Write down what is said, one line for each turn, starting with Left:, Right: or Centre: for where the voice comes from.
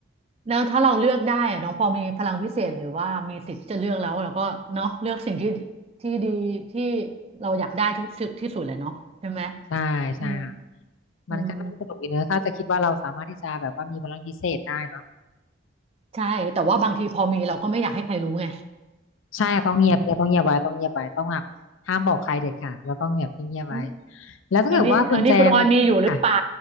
Right: แล้วถ้าเราเลือกได้อะเนาะพอมีพลังพิเศษหรือว่ามีสิทธิ์ที่จะเลือกแล้วเราก็เนาะเลือกสิ่งที่ที่ดีที่เราอยากได้ทุกสุดที่สุดแหละเนาะใช่ไหม
Left: ใช่ใช่ค่ะ
Right: อืมอืม
Left: มันก็น่าจะสนุกอีกเนอะถ้าจะคิดว่าเราสามารถที่จะแบบว่ามีพลังพิเศษได้เนาะ
Right: ใช่แต่ว่าบางทีพอมีเราก็ไม่อยากให้ใครรู้ไง
Left: ใช่ค่ะต้องเงียบเนี่ยต้องเงียบไว้ต้องเงียบไว้ต้องหบบห้ามบอกใครเด็ดขาดแล้วต้องเงียบเงียบไว้
Right: <laughs>
Left: แล้วถ้าเกิดว่าคุณแจง
Right: แล้วนี่แล้วนี่คุณออยมีอยู่หรือเปล่า
Left: อ่ะ